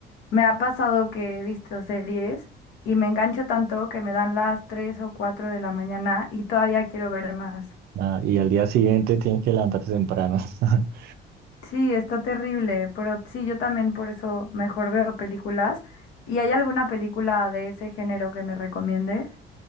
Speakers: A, on the left; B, on the right.
A: me ha pasado que he visto series y me engancho tanto que me dan las 3 o 4 de la mañana y todavía quiero ver más.
B: Ah, y al día siguiente tienes que levantarte temprano. <laughs>
A: Sí, está terrible, pero sí, yo también por eso mejor veo películas. ¿Y hay alguna película de ese género que me recomiendes?